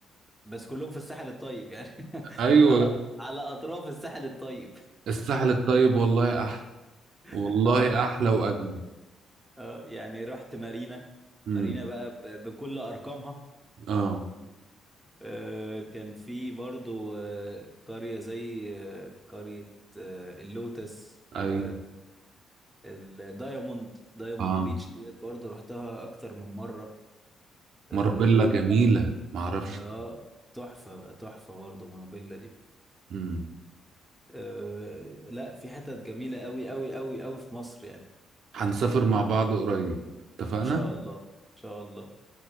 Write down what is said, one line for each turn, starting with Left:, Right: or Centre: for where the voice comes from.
Centre: بس كلهم في الساحل الطيب يعني <laughs>
Right: ايوه
Centre: على على اطراف الساحل الطيب
Right: الساحل الطيب والله احلى
Centre: <laughs>
Right: والله
Centre: اه
Right: احلى واجمل
Centre: اه يعني رحت مارينا
Right: امم
Centre: مارينا بقى ب... بكل ارقامها
Right: اه
Centre: آه، كان في برضو آه، قريه زي آه، قريه آه، اللوتس و
Right: ايوه
Centre: الدايموند دايموند
Right: اه
Centre: بيتش ديت برضه رحتها اكتر من مره آه
Right: مارابيلا جميله
Centre: لا،
Right: ما اعرفش
Centre: ما- آه، تحفه تحفه برضه مونوبيلا دي
Right: امم
Centre: آه لا في حتت جميله قوي قوي قوي قوي في مصر يعني
Right: هنسافر مع بعض قريب اتفقنا
Centre: ان شاء الله ان شاء الله